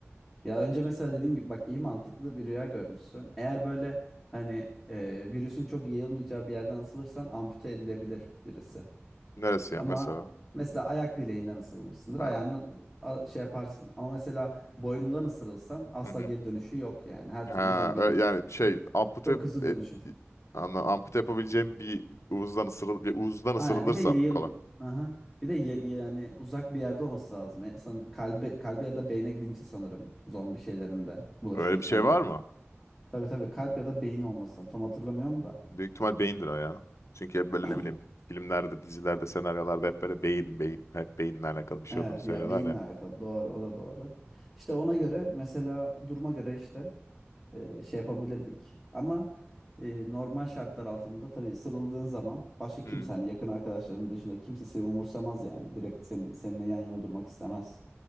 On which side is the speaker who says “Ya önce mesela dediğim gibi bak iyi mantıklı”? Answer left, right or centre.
Centre